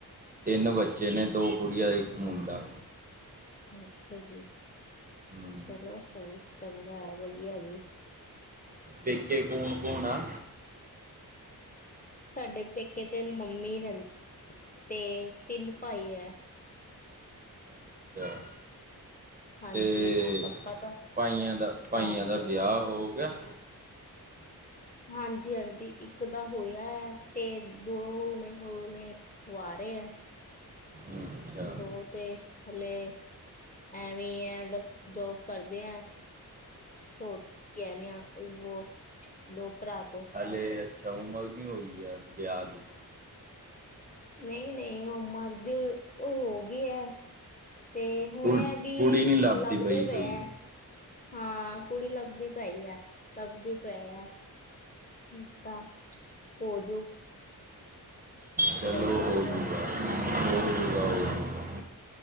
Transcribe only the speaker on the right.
ਤਿੰਨ ਬੱਚੇ ਨੇ ਦੋ ਕੁੜੀਆਂ ਇੱਕ ਮੁੰਡਾ।
ਹੂੰ।
ਦੇਖੇ ਕੌਣ ਕੌਣ ਆ।
ਅੱਛਾ।
ਤੇ
ਭਾਈਆਂ ਦਾ ਭਾਈਆਂ
ਦਾ ਵਿਆਹ
ਹੋਊ। ਵਿਆਾਹ
ਅੱਛਾ।
ਹਲੇ, ਅੱਛਾ ਉਮਰ ਨਹੀ ਹੋਈ ਏ ਵਿਆਹ ਦੀ।
ਕੁ
ਕੁੜੀ ਨੀ ਲੱਭਦੀ
ਪਈ
ਕੋਈ
ਚਲੋ
ਹੋ
ਜੂਗਾ।
ਹੋ